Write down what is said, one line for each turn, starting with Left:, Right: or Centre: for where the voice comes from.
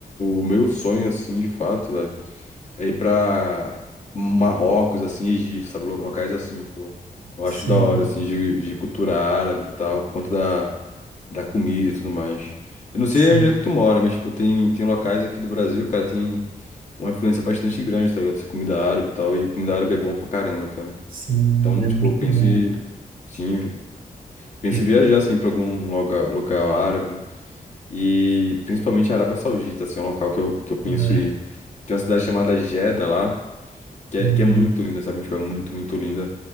Left: o meu sonho, assim, de fato, velho, é ir pra Marrocos, assim, Egito, sabe? Lo- Locais assim, tipo, eu
Right: Sim,
Left: acho da hora, assim, de, de cultura árabe e tal, por conta da, da comida e tudo mais. Eu não sei
Right: sim,
Left: onde é que tu mora, mas, tipo, tem, tem locais aqui do Brasil, cara, tem uma influência bastante grande, tá ligado? Dessa comida árabe e tal, e comida árabe é bom pra caramba, cara.
Right: sim,
Left: Então,
Right: é
Left: tipo,
Right: muito
Left: eu penso
Right: bom.
Left: em, sim, penso
Right: Tem-
Left: em viajar, assim, pra algum lugar, local árabe. E principalmente a Arábia Saudita, assim, é um local que eu, que eu penso
Right: É.
Left: e tem uma cidade chamada Jeddah lá, que é,
Right: hum.
Left: que é muito linda, sabe? Tipo, é muito, muito linda.